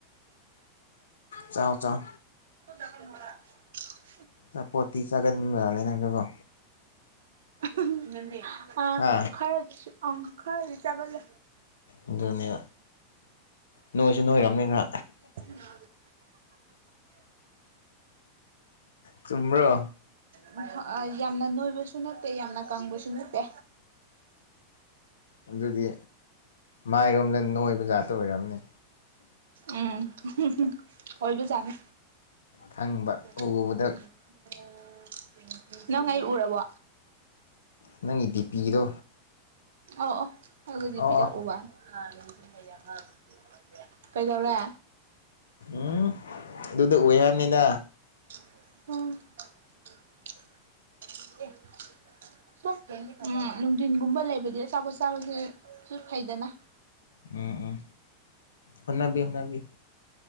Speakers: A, on the left; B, on the right.
A: ꯆꯥꯎ ꯆꯥꯎ
B: <unintelligible>
A: ꯑꯆꯥꯄꯣꯠꯇꯤ ꯆꯥꯒꯟꯕꯃꯂꯦ ꯅꯪꯁꯨꯀꯣ
B: ꯑꯍꯨꯡ ꯑꯥ
A: ꯍꯥ
B: ꯈꯔꯗꯤ ꯑꯥ ꯈꯔꯗꯤ ꯆꯥꯒꯜꯂꯦ
A: ꯑꯗꯨꯅꯦ ꯅꯣꯏꯁꯨ ꯅꯣꯏꯔꯝꯅꯤꯅ
B: ꯑꯍꯥ
A: ꯆꯨꯝꯕ꯭ꯔꯣ
B: ꯍꯥ ꯍꯥ ꯎꯝ ꯌꯥꯝꯅ ꯅꯣꯏꯕꯁꯨ ꯅꯠꯇꯦ ꯌꯥꯝꯅ ꯀꯪꯕꯁꯨ ꯅꯠꯇꯦ
A: ꯑꯗꯨꯗꯤ ꯃꯥꯏꯔꯣꯝꯗ ꯅꯣꯏꯕ ꯖꯥꯠꯇꯣ ꯑꯣꯏꯔꯝꯅꯤ
B: ꯎꯝ ꯑꯍꯨ ꯍꯨꯝ ꯑꯣꯏꯕꯖꯠꯅꯦ
A: ꯈꯪꯕ
B: <unintelligible>
A: ꯎꯕꯗ
B: ꯅꯪ ꯑꯩ ꯎꯔꯕꯣ
A: ꯅꯪꯒꯤ ꯗꯤꯄꯤꯗꯣ
B: ꯑꯧ ꯑꯧ‌ ꯑꯗꯨꯗꯤ
A: ꯑꯣ
B: ꯄꯤꯔꯛꯎꯕ
A: ꯑꯣ
B: <unintelligible> ꯀꯩꯗꯧꯔꯦ
A: ꯎꯝ ꯑꯗꯨꯗ ꯎꯏ ꯍꯥꯏꯝꯅꯤꯗ
B: <inaudible> ꯑꯦ <unintelligible> <unintelligible> ꯎꯝ ꯅꯨꯡꯗꯤꯟꯒꯨꯝꯕ ꯂꯩꯕꯗꯤ ꯑꯆꯥꯄꯣꯠ ꯆꯥꯕꯁꯦ ꯁꯨ ꯐꯩꯗꯅ
A: ꯎꯝ ꯎꯝ ꯍꯣꯠꯅꯕꯤꯌꯨ ꯍꯣꯠꯅꯕꯤꯌꯨ